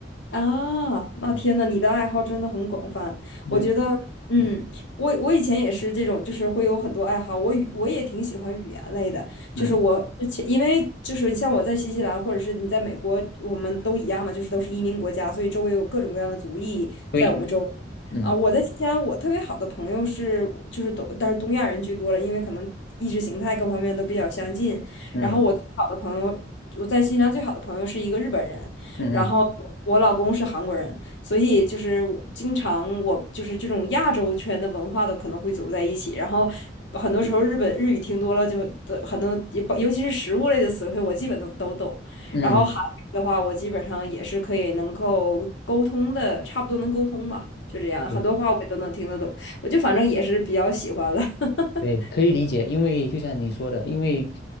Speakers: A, on the left; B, on the left.
A: 啊，那天呐，
B: 嗯
A: 你的爱好真的很广泛。
B: 对，
A: 我觉得，嗯，
B: 嗯
A: 我我以前也是这种，就是会有很多爱好。我语我也挺喜欢语言类的，
B: 嗯，
A: 就是我之前因为就是你像我在新西兰或者是你在美国，我们都一样嘛，就是都是移民国家，所以周围有各种各样的族裔在我们周围
B: 对，嗯
A: 啊，我在新西兰，我特别好的朋友是就是东，但是东亚人居多了，因为可能意识形态各方面都比较相近。
B: 嗯
A: 然后我最好的朋友，我在新西兰最好的朋友是一个日本人。
B: 嗯
A: 然后我老公是韩国人，所以就是我经常我就是这种亚洲圈的文化的可能会走在一起，然后很多时候日本日语听多了就的很多，也不尤其是食物类的词汇，我基本都都懂。
B: 嗯嗯，
A: 然后韩语的话，我基本上也是可以能够沟通的，差不多能沟通吧，就这样，
B: 对
A: 很多话我都能听得懂，我就反正也是比较喜欢了。<laughs>
B: 对，可以理解，因为就像你说的，因为